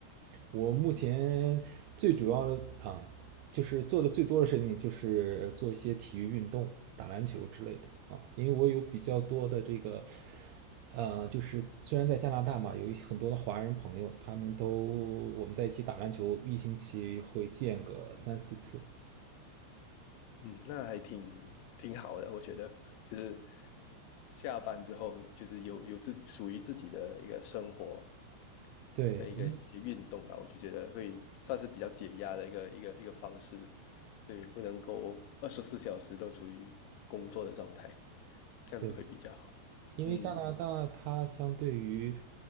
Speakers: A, on the right (about 85°); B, on the left (about 80°).
A: 我目前最主要的啊，就是做的最多的事情就是做一些体育运动，打篮球之类的啊。因为我有比较多的这个，呃，就是虽然在加拿大嘛，有一些很多的华人朋友，他们都我们在一起打篮球，一星期会见个三四次。
B: 嗯，那还挺挺好的，我觉得就是下班之后就是有有自己属于自己的一个生活
A: 对，
B: 跟一个一些运动吧，
A: 一
B: 我就觉得会算是比较解压的一个一个一个方式。对，不能够二十四小时都处于工作的状态，这样子会比较好。
A: 对。因为加拿大它相对于，
B: 嗯，